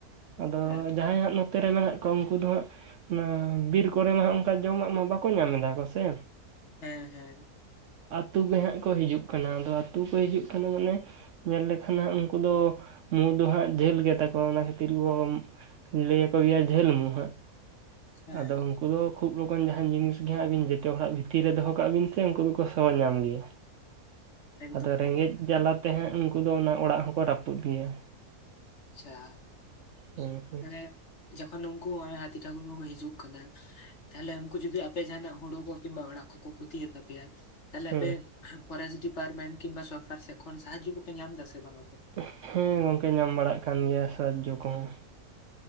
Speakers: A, on the right (about 65°); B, on the left (about 55°).
A: ᱟᱫᱚ
B: ᱦᱮᱸ
A: ᱡᱟᱦᱟᱸᱭ ᱦᱟᱸᱜ ᱱᱚᱛᱮ ᱨᱮ ᱢᱮᱱᱟᱜ ᱠᱚᱣᱟ ᱩᱱᱠᱩ ᱫᱚ ᱦᱟᱸᱜ ᱚᱱᱟ ᱵᱤᱨ ᱠᱚᱨᱮ ᱢᱟ ᱚᱱᱠᱟ ᱡᱚᱢᱟᱜ ᱢᱟ ᱵᱟᱠᱚ ᱧᱟᱢ ᱮᱫᱟ ᱠᱚ ᱥᱮ
B: ᱦᱮᱸ ᱦᱮᱸ
A: ᱛᱩᱫ ᱜᱮᱦᱟᱜ ᱠᱚ ᱦᱤᱡᱩᱜ ᱠᱟᱱᱟ ᱟᱫᱚ ᱟᱛᱳ ᱠᱚ ᱦᱤᱡᱩᱜ ᱠᱟᱱᱟ ᱢᱟᱱᱮ ᱧᱮᱞ ᱞᱮᱠᱷᱟᱱ ᱦᱟᱸᱜ ᱩᱱᱠᱩ ᱫᱚ ᱢᱩ ᱫᱚ ᱦᱟᱸᱜ ᱡᱷᱟᱹᱞ ᱜᱮᱛᱟ ᱠᱚᱣᱟ ᱚᱱᱟ ᱠᱷᱟᱹᱛᱤᱨ ᱜᱮᱜᱚᱢ ᱞᱟᱹᱭ ᱠᱚ ᱜᱮᱭᱟ ᱡᱷᱟᱹᱞ ᱢᱩ ᱦᱟᱸᱜ
B: ᱦᱮᱸ
A: ᱟᱫᱚ ᱩᱱᱠᱩ ᱫᱚ ᱠᱷᱩᱵ ᱞᱚᱜᱚᱱ ᱡᱟᱦᱟᱱ ᱡᱤᱱᱤᱥ ᱜᱮᱦᱟᱸᱜ ᱟᱹᱵᱤᱱ ᱡᱚᱛᱚ ᱚᱲᱟᱜ ᱵᱷᱤᱛᱤᱨ ᱨᱮ ᱫᱚᱦᱚ ᱠᱟᱜ ᱵᱤᱱ ᱥᱮ ᱩᱱᱠᱩ ᱫᱚᱠᱚ ᱥᱚ ᱧᱟᱢ ᱜᱮᱭᱟ
B: <inaudible>
A: ᱟᱫᱚ ᱨᱮᱸᱜᱮᱡ
B: ᱮᱠᱫᱚᱢ
A: ᱡᱟᱞᱟ ᱛᱮᱦᱟᱸᱜ ᱩᱱᱠᱩ ᱫᱚ ᱚᱱᱟ ᱚᱲᱟᱜ ᱦᱚᱸ ᱠᱚ ᱨᱟᱹᱯᱩᱫ ᱜᱮᱭᱟ
B: ᱪᱟ
A: ᱦᱮᱸ ᱦᱮᱸ
B: ᱢᱟᱱᱮ ᱡᱚᱠᱷᱚᱱ ᱩᱱᱠᱩ ᱦᱟᱛᱤ ᱴᱷᱟᱹᱠᱩᱨ ᱠᱚᱠᱚ ᱦᱤᱡᱩᱜ ᱠᱟᱱᱟ ᱛᱟᱦᱚᱞᱮ ᱩᱱᱠᱩ ᱡᱩᱫᱤ ᱟᱯᱮ ᱡᱟᱦᱟᱱᱟᱜ ᱦᱩᱲᱩ ᱠᱚ ᱠᱤᱝᱵᱟ ᱚᱲᱟᱜ ᱠᱚᱠᱚ ᱠᱷᱚᱛᱤᱭ ᱛᱟᱯᱮᱭᱟ ᱛᱟᱦᱚᱞᱮ
A: ᱦᱮᱸ
B: ᱟᱯᱮ ᱯᱷᱚᱨᱮᱥᱴ ᱰᱤᱯᱟᱨᱴᱢᱮᱱᱴ ᱠᱤᱝᱵᱟ ᱥᱚᱨᱠᱟᱨ ᱥᱮᱫ ᱠᱷᱚᱱ ᱥᱟᱦᱟᱡᱡᱚ ᱠᱚᱯᱮ ᱧᱟᱢ ᱫᱟ ᱥᱮ ᱵᱟᱝ
A: ᱩᱜ ᱦᱩᱸ ᱜᱚᱝᱠᱮ ᱧᱟᱢ ᱵᱟᱲᱟᱜ ᱠᱟᱱ ᱜᱮᱭᱟ ᱥᱟᱡᱡᱚ ᱠᱚᱦᱚᱸ